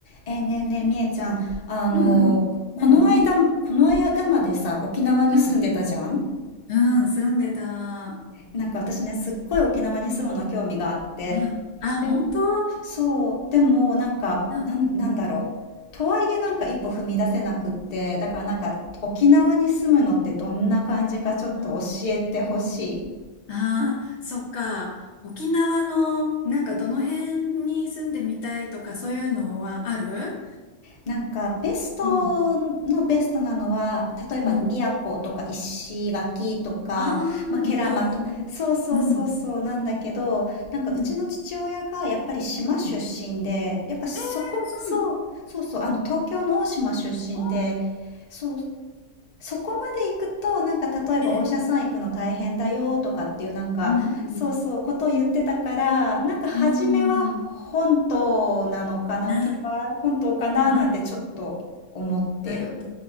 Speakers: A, on the left; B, on the left.
A: えーねえねえ、みえちゃん、あの、
B: うんうん。
A: この間、
B: 何
A: この間までさ、沖縄に住んでたじゃん
B: うん。うん、住んでた。
A: なんか私ね、すっごい沖縄に住むの興味があって。
B: うん。あ、本当
A: で、そう、でもなんか、
B: うん。
A: なん、なんだろう。とはいえなんか一歩踏み出せなくって、だからなんか沖縄に住むのってどんな感じかちょっと教えてほしい。
B: うん。ああ、そっか。沖縄の、なんかどの辺に住んでみたいとかそういうのはある
A: なんかベストのベストなのは例えば宮古とか石垣とか、
B: うん。うん。ああ、
A: まあ、ケラマとそうそうそうそうなんだけどなんかうちの父親がやっぱり島出身でやっぱそこそうそうそうあの東京の大島出身で
B: 離島。うん。うん。うん。えそんな、おー、あ
A: そうそこまで行くと、なんか例えばお医者さん行くの大変だよとかっていうなんか、
B: ーええ、うん、うん。
A: そうそう、ことを言ってたから、なんか初めは本島なのかな、
B: うん。な、
A: 沖縄本島かななんてちょっと思ってる。
B: ああ、なるほど。